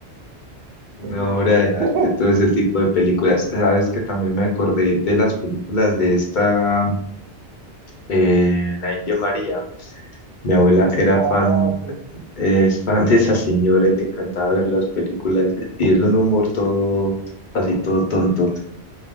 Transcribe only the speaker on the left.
Una
obra de arte,
todo ese tipo de películas. Sabes que también me acordé de las películas de esta, eh, la India María. Mi abuela era
fan,
es fan de esa señora y le encantaba ver las películas. Y es un humor todo, así todo tonto.